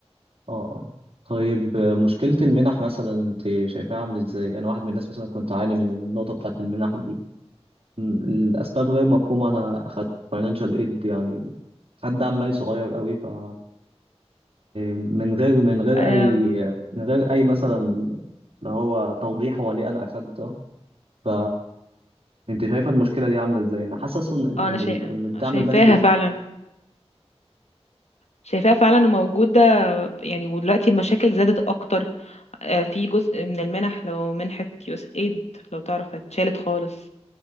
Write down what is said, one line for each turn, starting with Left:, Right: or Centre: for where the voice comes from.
Right: آه آه طيب آه، مشكلة المنح مثلا أنت شايفاها عاملة إزاي؟ أنا واحد من الناس مثلا كنت أعاني من النقطة بتاعة المنح دي أم، الأسباب غير مفهومة أنا أخدت financial aid يعني خد دعم مالي صغير قوي ف آه، من غير من غير
Left: آه
Right: أي من غير أي مثلا اللي هو توضيح هو ليه أنا أخدت ده ف انت شايفه المشكله دي عامله ازاي انا حاسس ان
Left: آه،
Right: ان
Left: انا شايفة
Right: ال- إن الدعم
Left: شايفاها
Right: المالي بيت...
Left: فعلا شايفاها فعلا وموجودة يعني ودلوقتي المشاكل زادت اكتر آه في جزء من المنح لو منحة يو اس ايد لو تعرف اتشالت خالص